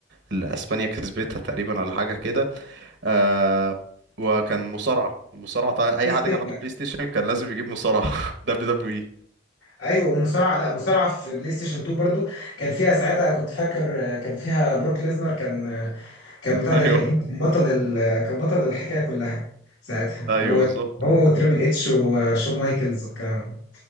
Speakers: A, on the right; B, on the left.
A: اللي اسبانيا كسبتها تقريبا ولا حاجه كده آه، وكان مصارعه المصارعه طبعا اي
B: في ستة
A: حد كان عنده بلاي ستيشن كان لازم يجيب مصارعه <laughs> دبليو دبليو اي
B: ايوه ومصارعه لا مصارعه في بلاي ستيشن 2 برضو كان فيها ساعتها كنت فاكر آه، كان فيها بروك ليزنر كان آه، كان بتاع
A: ايوه
B: ده كان ايه كان بطل ال- آه، كان بطل الحكايه كلها ساعتها
A: ايوه
B: هو
A: بالظبط
B: هو وتريبل اتش وشون مايكلز والكلام ده